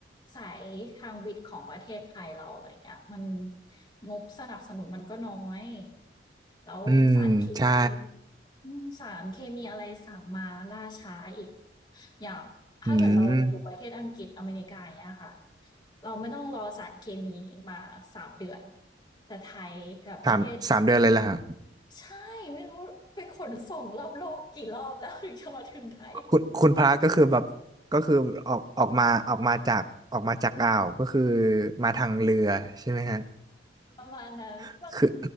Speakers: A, on the left (about 25°); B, on the right (about 20°).
A: สายทางวิทย์ของประเทศไทยเราอะไรเงี้ยมันงบสนับสนุนมันก็น้อยแล้วสารเคมี
B: อืมใช่
A: อืมสารเคมีอะไรสั่งมาล่าช้าอีกอย่างถ้าเกิดเราอยู่ประเทศอังกฤษอเมริกาอย่างเงี้ยค่ะ
B: อืม
A: เราไม่ต้องรอสารเคมีมาสามเดือนแต่ไทยกับประเทศ
B: สามสามเดือนเลยล่ะฮะ
A: ใช่ไม่รู้ไปขนส่งรอบโลกกี่รอบแล้ว <laughs> ถึงจะมาถึงไทย
B: คุณคุณพระก็คือแบบก็คือออกออกมาออกมาจากออกมาจากอ่าวก็คือมาทางเรือใช่ไหมฮะ
A: ประมาณนั้นบางที
B: <laughs> คือ